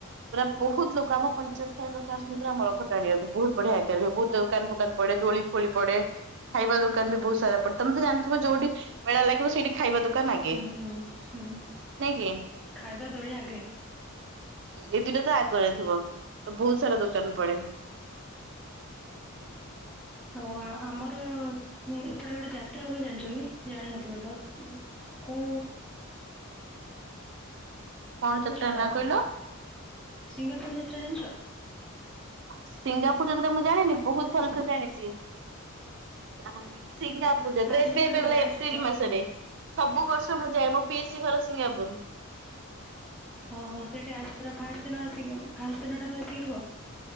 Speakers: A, on the right (about 55°); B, in the centre.
A: ପୁରା ବହୁତ ଲୋକ, ଆମ ପଞ୍ଚାୟତ ସାରା ଲୋକ ଆସନ୍ତି ପୁରା ରଥ ଟାଣିବାକୁ, ବହୁତ ବଢିଆ ଆକାରରେ, ବହୁତ ଦୋକାନ ଫୋକାନ ପଡେ ଦୋଳି ଫୋଳି ପଡେ, ଖାଇବା ଦୋକାନ ବି ବହୁତ ସାରା ପଡେ, ତମେ ତ ଜାଣିଥିବ ଯୋଉଠି ମେଳା ଲାଗିବ ସେଇଠି ଖାଇବା ଦୋକାନ ନାଇଁ
B: ହୁଁ ହୁଁ ହୁଁ
A: କି?
B: ଖାଇବା ଦୋଳି ଆଗେ
A: ଏ ପିଟା ତ ଆଗରେ ଥିବ ତ ବହୁତ ସାରା ଦୋକାନ ପଡେ <unintelligible>
B: ଆଉ ଆମର ଏପଟେ ଏପଟେ ଯାତ୍ରା ହୁଏ ଜାଣିଛ କି? ଜାଣିିନଥିବ ତ କୁ
A: <inaudible> କଣ ଯାତ୍ରା
B: ଛାଡ
A: ନା କହିଲ?
B: ସିଙ୍ଗାପୁର ଯାତ୍ରା ଜାଣିଛ?
A: ସିଙ୍ଗାପୁର ଯତେବେଳେ ମୁଁ ଜାଣିନି ବହୁତ ଥଲ <unintelligible> ସେ ଜାଣିଛି । ସିଙ୍ଗାପୁର ଯାତରେ
B: ଆସିଛ
A: <unintelligible> ବେବେେଳେ
B: କେବେ ଆସିଛ?
A: ଏପ୍ରିିଲ୍ ମାସରେ ସବୁ ବର୍ଷ ମୁଁ ଯାଏ ମୋ ପିଇସି ଘର ସିଙ୍ଗାପୁର।
B: ଅ ହୋ ସେଇଠି ଆ ପୁରା ଫାଷ୍ଟ ଦିନ ଆସିକି ଫାଷ୍ଟ ଦିନଠାରୁ ଆସିକି ରୁହ?